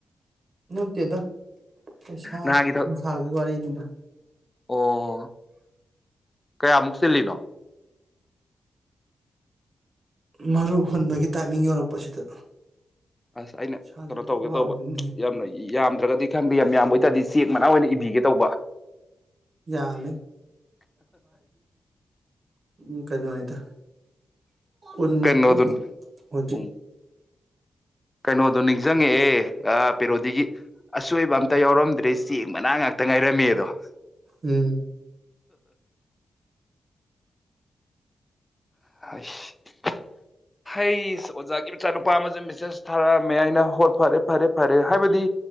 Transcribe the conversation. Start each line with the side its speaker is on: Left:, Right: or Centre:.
Right: ꯅꯠꯇꯦꯗ ꯄꯩꯁꯥ
Left: ꯅꯍꯥꯟꯒꯤ
Right: ꯅꯨꯡꯁꯥꯒꯤ ꯋꯥꯔꯤꯅꯤꯗ
Left: ꯑꯣ ꯀꯌꯥꯃꯨꯛ ꯆꯜꯂꯤꯅꯣ
Right: ꯃꯔꯨ ꯍꯨꯟꯕꯒꯤ ꯇꯥꯏꯃꯤꯡ ꯌꯧꯔꯛꯄꯁꯤꯗ
Left: ꯑꯁ ꯑꯩꯅ
Right: ꯏꯁꯥꯁꯦ
Left: ꯀꯩꯅꯣ
Right: ꯀꯣꯛ
Left: ꯇꯧꯒꯦ
Right: ꯉꯥꯎꯔꯤꯅꯤꯅꯦ
Left: ꯇꯧꯕ ꯌꯥꯝꯅ ꯌꯥꯝꯗ꯭ꯔꯒꯗꯤ ꯈꯪꯗꯦ ꯌꯥꯝ ꯌꯥꯝꯕ ꯑꯣꯏ ꯇꯥꯔꯗꯤ ꯆꯦꯛ ꯃꯅꯥ ꯑꯣꯏꯅ ꯏꯕꯤꯒꯦ ꯇꯧꯕ
Right: ꯌꯥꯝꯃꯦ ꯎꯝ ꯀꯔꯤ ꯃꯥꯅꯤꯗ ꯎꯟꯃꯨꯀꯤ
Left: ꯀꯩꯅꯣꯗꯨ
Right: ꯍꯧ
Left: ꯎꯝ ꯀꯩꯅꯣꯗꯣ ꯅꯤꯡꯁꯤꯡꯉꯛꯑꯦ ꯄꯦꯔꯣꯗꯤꯒꯤ ꯑꯁꯣꯏꯕ ꯑꯝꯇ ꯌꯥꯎꯔꯝꯗ꯭ꯔꯦ ꯆꯦꯡ ꯃꯅꯥ ꯉꯇ ꯉꯥꯏꯔꯝꯃꯦ ꯑꯗꯣ <inaudible>
Right: ꯎꯝ
Left: ꯑꯁ ꯍꯩꯁ ꯑꯣꯖꯥꯒꯤ ꯃꯆꯥꯅꯨꯄꯥ ꯑꯃꯁꯨꯡ ꯃꯤꯁꯦꯁ ꯊꯥꯔꯃꯦꯌꯥꯏꯅ ꯍꯣꯏ ꯐꯔꯦ ꯐꯔꯦ ꯐꯔꯦ ꯍꯥꯏꯕꯗꯤ